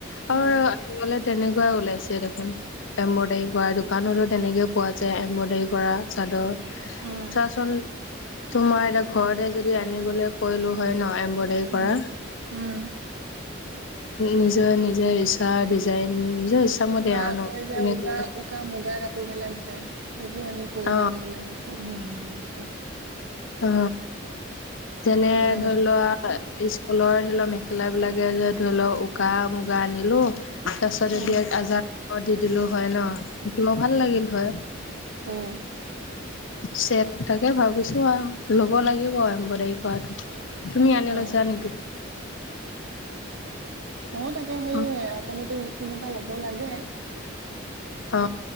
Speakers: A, on the left; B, on the right.
A: আৰু
B: উম,
A: আজিকালি তেনেকোৱাই ওলাইছে দেখোন এম্বডাৰি কৰাটো দোকানলে তেনেকে পোৱা যায় এম্বডাৰি কৰা চাদৰ
B: উম,
A: চাহ চোন তোমাৰ এটা ঘৰতে যদি আনিবলৈ কৈলো হয় ন। এম্বডাৰী
B: উম,
A: কৰা
B: উম,
A: নিজে নিজে ৰিচা- ডিজাইন নিজৰ ইচ্ছা মতে
B: তোমাৰ
A: আও
B: আকৌ
A: ন
B: এই যে
A: কোনে-
B: উকা উকা মুগা কাপোৰ বিলাক যে সেইবোৰ আনি কৰিলে
A: অ
B: মেলিলে ধুনীয়া লাগে দেখি।
A: অ যেনে
B: মুগা
A: ধৰি
B: মেখেলাবিলাক
A: লোৱা
B: যে
A: স্কুলৰ ধৰি লও মেখেলা বিলাকে যে ধৰি লওক উকা মুগা আনিলো তাৰ পিছত যদি
B: উম,
A: আজাৰ দি দিলো হয় ন শিকিব ভাল লাগিল হয়।
B: অহ
A: চেট তাকে ভাবিছো আও ল'ব লাগিব এম্বডাৰি কৰাটো। তুমি আনি
B: অ',
A: লৈছা নেকি?
B: অ তাকে সেই
A: অ
B: অটমেটিক মেচিন এটা লব লাগে।
A: অ